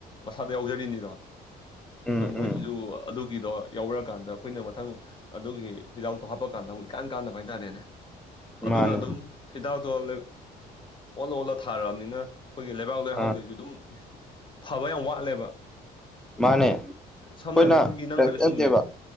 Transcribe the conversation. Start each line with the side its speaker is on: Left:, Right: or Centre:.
Left: ꯃꯁꯥꯗ ꯌꯥꯎꯖꯔꯤꯅꯤꯗꯣ
Centre: ꯎꯝ
Left: ꯑꯗꯣ ꯃꯣꯏꯗꯁꯨ
Centre: ꯎꯝ
Left: ꯑꯗꯨ ꯒꯤꯗꯣ ꯌꯥꯎꯔꯛꯑꯀꯥꯟꯗ ꯑꯩꯈꯣꯏꯅ ꯃꯊꯪ ꯑꯗꯨꯒꯤ ꯍꯤꯗꯥꯛꯇꯣ ꯍꯥꯞꯄꯀꯥꯟꯗ ꯑꯃꯨꯛ ꯏꯀꯥꯟ ꯀꯥꯟꯗꯕ ꯍꯥꯏꯇꯥꯔꯦꯅꯦ ꯑꯗꯨꯅ
Centre: ꯃꯥꯅꯦ
Left: ꯑꯗꯨꯝ ꯍꯤꯗꯥꯛꯇꯣ <unintelligible> ꯑꯣꯜꯂ ꯑꯣꯜꯂ ꯊꯥꯔꯝꯅꯤꯅ ꯑꯩꯈꯣꯏꯒꯤ ꯂꯩꯕꯥꯛ ꯂꯩꯍꯥꯎꯗꯖꯨ
Centre: ꯑꯥ
Left: ꯗꯨꯝ ꯐꯕ ꯌꯥꯝ ꯋꯥꯠꯂꯦꯕ
Centre: ꯃꯥꯅꯦ ꯑꯩꯈꯣꯏꯅ
Left: ꯁꯝꯅ ꯍꯥꯏꯔꯕꯗ ꯑꯩꯈꯣꯏꯒꯤ ꯅꯪ ꯍꯥꯏꯕ ꯆꯨꯝꯃꯦ
Centre: <unintelligible>